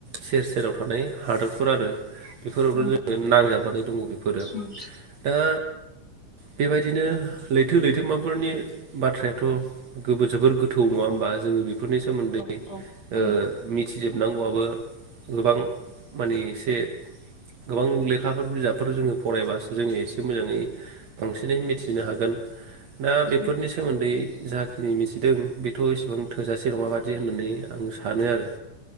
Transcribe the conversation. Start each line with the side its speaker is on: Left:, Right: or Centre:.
Right: सेर सेराव थानाय हादरफोर आरो। बेफोरावनो
Left: उम
Right: जोङो
Left: उम
Right: नांजाबनानै दङ बेफोरो
Left: उम
Right: दा बेबायदिनो लैथो-लैथोमाफोरनि बाथ्रायाथ' गोबो जोबोर गोथौ नङा होमबा जोंनि बेफ फोरनि सोमोन्दै
Left: औ औ थारैनो
Right: ओह मिथि जोबनांगौआबो। गोबां माने एसे गोबां लेखाफोर बिजाबफोर जोङो फरायबासो जोङो एसे बे मोजाङै। बांसिनै मिथिनोहागोन दा बेफोरनि
Left: उम
Right: सोमोन्दै जाखिनि मिथिदों। बेथ' इसेबां थोजासे नङाबादि होननानै आं सानोआरो।